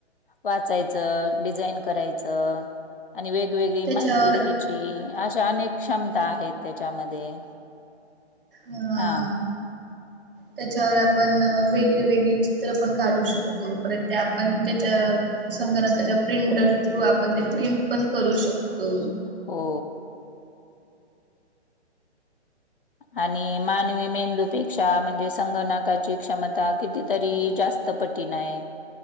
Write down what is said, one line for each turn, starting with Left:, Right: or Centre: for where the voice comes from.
Left: वाचायचं डिझाईन करायचं. आणि वेगवेगळी
Right: त्याच्यावर
Left: माहिती घ्यायची अशा अनेक क्षमता आहेत. त्याच्यामध्ये
Right: हा-अ-आ
Left: हा
Right: त्याच्यावर आपण वेगळी-वेगळी चित्र पण काढू शकतो. परत त्या आपण त्याच्या संगणकाच्या प्रिंटर थ्रू आपण ते प्रिंट पण करू शकतो.
Left: हो आणि मानवी मेंदूपेक्षा म्हणजे संगणकाची क्षमता कितीतरी जास्त पटीन आहे.